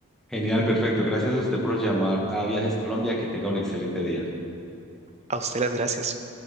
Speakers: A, in the centre; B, on the right (about 30°).
A: Genial, perfecto. Gracias a usted por llamar a Viajes Colombia. Que tenga un excelente día.
B: A usted las gracias.